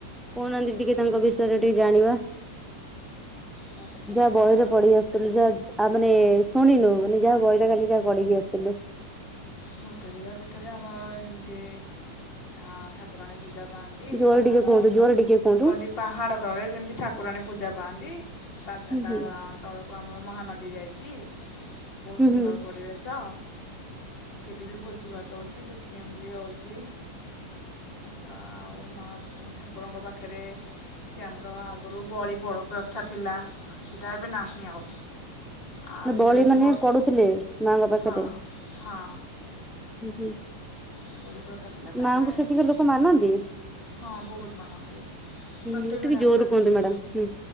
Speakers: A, in the centre; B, on the left.
A: କହୁନାହାନ୍ତି ଟିକେ ତାଙ୍କ ବିଷୟରେ ଟିକେ ଜାଣିବା।
B: ଭଟ୍ଟାରିକା
A: ଯାହା ବହିରେ <inaudible> ଆ ମାନେ ଶୁଣିନୁ ମାନେ, ଯାହା ହୋଉ ବହିଟା ଖାଲି ଯାହା ପଢିକି ଆସିଥିଲୁ।
B: ଭଟ୍ଟାରିକା ପୀଠରେ ଆମର ଯେମିତି ଆଁ ଠାକୁରାଣୀ ପୂଜା ପାଆନ୍ତି। ନ୍ତି
A: ଜୋରେ
B: ପାହାଡ଼
A: ଟିକେ କୁହନ୍ତୁ
B: ତ
A: ଜୋରେ ଟିକେ କୁହନ୍ତୁ
B: କଲି ପାହାଡ଼ ତଳେ ଯେମିତି ଠାକୁରାଣୀ ପୂଜା ପାଆନ୍ତି। ତା ତା
A: ହୁଁ ହୁଁ
B: ତଳକୁ ଆମର ମହାନଦୀ ଯାଇଚି ବୋହୁତ
A: ହୁଁ
B: ସୁନ୍ଦର
A: ହୁଁ।
B: ପରିବେଶ। ସେଇଠି ବି ଭୋଜି ଭାତ ହଉଚି ପିକନିକ ବି ହଉଚି। ତ ଆଉ ମା ଠାକୁରଙ୍କ ପାଖରେ ସେ ଆମର ଆଗରୁ ବଳି ବଡ଼ ପ୍ରଥା ଥିଲା ସେଇଟା ଏବେ ନାହିଁ ଆଉ। ଆଉ
A: ନା
B: ଯେତେବେଳେ
A: ବଳି
B: ଏଠି
A: ମାନେ
B: ବୋର୍ସ
A: ପଢୁଥିଲେ ମାଙ୍କ ପାଖରେ
B: ହଁ ହଁ
A: <inaudible>
B: ଏଭଳି କଥା ଥିଲା ତାପରେ
A: ମାଆଙ୍କୁ ସେଠିକା
B: ସେ
A: ଲୋକ ମାନନ୍ତି
B: ହଁ ବହୁତ ମାନନ୍ତି।
A: ହୁଁ
B: ପ୍ରତ୍ୟେକ୍ଷ
A: ଟିକେ
B: ଠାକୁରାଣୀ
A: ଜୋର କୁହନ୍ତୁ
B: ସିଏ।
A: ମ୍ୟାଡାମ ହୁଁ।